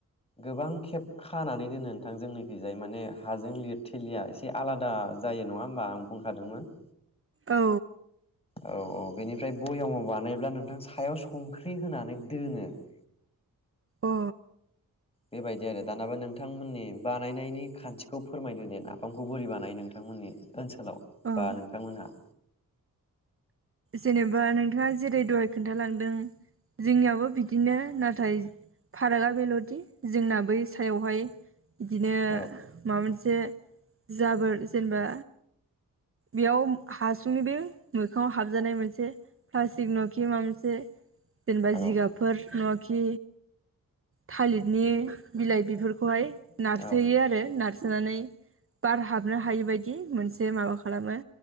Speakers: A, on the left; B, on the right.
A: गोबां खेब खानानै दोनो नोंथां जोंनिखैजाय माने हाजों लिर थेलिया एसे आलादा जायो नङा होमबा आं बुंखादोंमोन ।
B: औ
A: औ औ बेनिफ्राय बयामाव बानायोब्ला नोंथां सायाव संख्रि होनानै दोनो ।
B: अ
A: बेबायदि आरो दानाबा नोंथांमोननि बानायनायनि खान्थिखौ फोरमायदो दे नाफामखौ बोरि बानायो नोंथांमोननि ओनसोलाव
B: औ
A: बा नोंथांमोनहा?
B: जेनेबा नोंथांङा जेरै दहाय खोन्थालांदों जोंनियाबो बिदिनो नाथाय फारागा बेल'दि जोंना बै सायावहाय बिदिनो
A: औ
B: माबा मोनसे जाबोर जेनेबा बेयाव हासुंनि बे मोखांङाव हाग जानाय मोनसे फ्लास्तिक नवाखि माबा मोनसे जेनेबा
A: औ
B: जिगाबफोर नङा बाखि थालिरनि बिलाइ बिफोरखौहाय नारसयो
A: औ
B: आरो नारस सोनानै बार हाबनो हायि बायदि मोनसे माबा खालामो